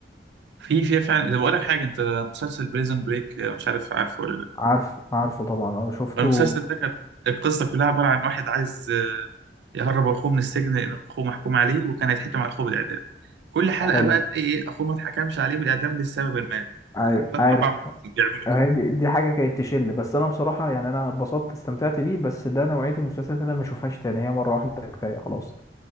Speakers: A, on the right; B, on the left.
A: في في فعلا ده بقول لك حاجه انت مسلسل بريزن بريك مش عارف عارفه ولا لا
B: عارفه عارفه طبعا اه شفته
A: المسلسل ده كانت القصه كلها عباره عن واحد عايز آه، يهرب اخوه من السجن لان اخوه محكوم عليه وكان هيتحكم على اخوه بالاعدام كل حلقه
B: حلو
A: بقى تلاقي ايه اخوه ما اتحكمش عليه بالاعدام لسبب ما
B: ايوه
A: ثلاث
B: عارف
A: اربع مواسم بيعملوا كده
B: هي دي دي حاجه كانت تشل بس انا بصراحه يعني انا اتبسطت استمتعت بيه بس ده نوعيه المسلسلات اللي انا ما اشوفهاش تاني هي مره واحده كفايه خلاص